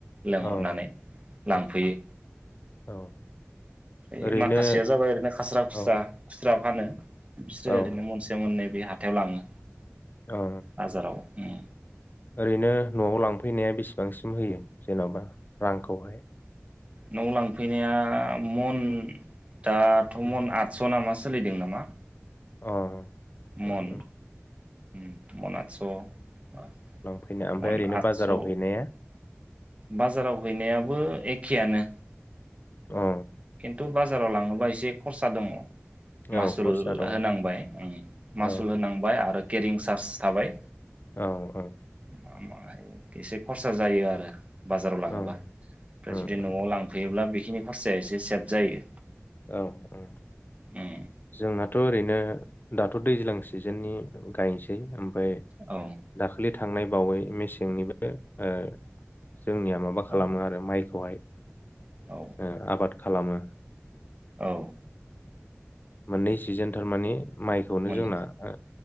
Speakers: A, on the right (about 30°); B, on the left (about 40°).
A: लेंहरनानै
B: औ
A: लांफैयो।
B: उम, औ
A: ओय
B: ओरैनो
A: माखासेया जाबाय ओरैनो खास्रा खुस्रा
B: औ
A: स्रा फानो। बिस्रो
B: औ
A: ओरैनो मनसे मननै बे हाथायाव लाङो।
B: औ
A: बाजाराव उम
B: ओरैनो न'आव लांफैनाया बेसेबांसिम होयो जेनबा रांखौहाय?
A: न'आव लांफैनाया मन दाथ'
B: उम,
A: मन आथस नामा स सोलिदों नामा?
B: अ'
A: मन
B: उम, उम,
A: उम मन आदस' आ
B: लांफैनाया ओमफ्राय
A: मन
B: ओरैनो
A: आदस'
B: बाजाराव हैनाया
A: बाजाराव हैैनायाबो एख खियानो
B: औ
A: खिन्थु बाज जाराव लाङोबा एसे खरसा दङ। मासुल
B: औ खरसा दङ
A: होनांबाय ओं मासुल
B: औ
A: होनांबाय आरो केरिं चार्ज थाबाय
B: औ औ
A: मा मा होयो एसे खरस सा जायो आरो। बाजाराव लाङोबा
B: औ
A: फ्राय
B: उम,
A: जुदि
B: उम,
A: न'आव लांफैयोब्ला बेख खिनि खारसाया एसे सो दाद जायो।
B: औ ओं
A: उम
B: जोंनाथ' ओरैनो दाथ' दैज्लां सिजेननि औ गायसै ओम फाय
A: औ
B: दाखलि थांनाय बावै मेसेंनिबो ओ जोंनिया माबा
A: औ
B: खालामो आरो माइखौहाय
A: औ
B: ओ आबाद खालामो।
A: औ
B: मोननै सिजोन थारमाने माइखौनो
A: मोनो
B: जोंना ओ